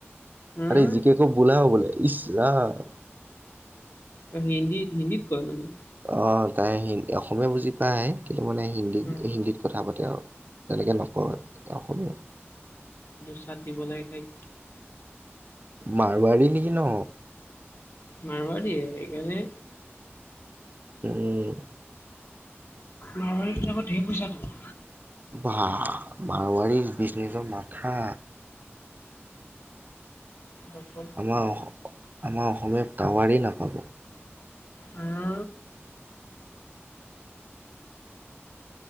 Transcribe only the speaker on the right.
আৰে জিকে ক বোলাও বোলে ইচ ৰাম
অ তাই হি অসমীয়া বুজি পায় আহে কিন্তু মানে হিন্দী
হিন্দীত কথা পাতে আৰু। তেনেকে নকয় অসমীয়াত
মাৰোৱাৰী নেকি ন
উম
বাহঃ মাৰোৱাৰী বিচনেজৰ মাথা
আমাৰ অস আমাৰ অসমীয়া কাৱাৰী নাপাব